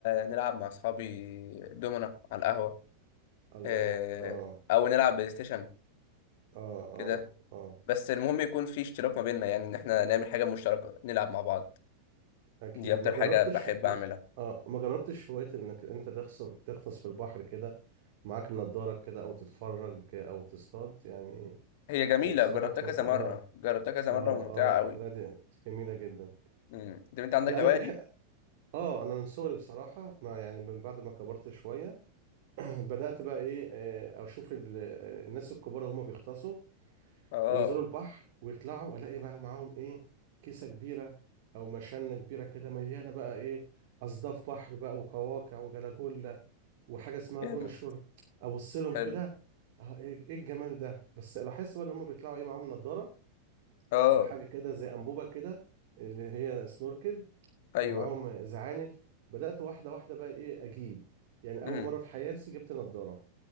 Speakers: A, on the left; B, on the right.
A: نلعب مع أصحابي دومنا على القهوة
B: الله
A: أه
B: اه
A: أو نلعب بلاي ستيشن
B: اه
A: كده
B: اه اه
A: بس المهم يكون في اشتراك ما بيننا يعني إن إحنا نعمل حاجة مشتركة نلعب مع بعض
B: اكيد
A: دي اكتر
B: ما جربتش
A: حاجة بحب
B: م-
A: اعملها
B: اه ما جربتش هوايه انك انت تغصر تغطس في البحر كده معاك نضارة كده او تتفرج او تصطاد يعني
A: هي جميلة
B: هي بصراحه
A: جربتها
B: مت...
A: كذا
B: اه
A: مرة جربتها كذا
B: اه
A: مرة وممتعة قوي
B: اه لا دي جميلة جدا
A: امم طب انت عندك
B: لا
A: الهواية
B: انا بنحق
A: دي
B: اه انا من صغري بصراحة ما يعني من بعد ما كبرت شوية <clears throat> بدأت بقى ايه آه، اشوف ال- آه، الناس الكبار هما بيغطسوا
A: اه
B: ينزلوا البحر ويطلعوا الاقي بقى معاهم ايه كيسة كبيرة او مشانة كبيرة كده مليانة بقى ايه اصداف بحر بقى وقواقع وجلاجولا وحاجة اسمها
A: جامد
B: جونشور ابص لهم
A: حلو
B: كده آه، ايه إيه الجمال ده بس لاحظت بقى ان هما بيطلعوا ايه معاهم نضارة
A: اه
B: وحاجة كده زي أنبوبة كده اللي هي سنوركل
A: ايوه
B: ومعاهم زعانف بدأت واحدة واحدة بقى إيه أجيب يعني أول
A: امم
B: مرة في حياتي جبت نضارة